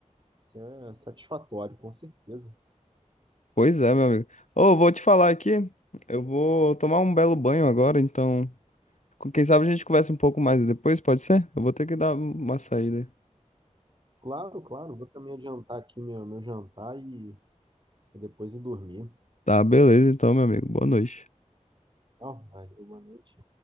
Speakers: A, on the right (about 40°); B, on the left (about 70°).
A: isso é satisfatório, com certeza.
B: Pois é, meu amigo. Ô, vou te falar aqui, eu vou tomar um belo banho agora, então, com- quem sabe a gente conversa um pouco mais depois, pode ser? Eu vou ter que dar uma saída.
A: Claro, claro, vou também adiantar aqui meu, meu jantar e depois ir dormir.
B: Tá, beleza, então, meu amigo. Boa noite.
A: Tchau, valeu, boa noite.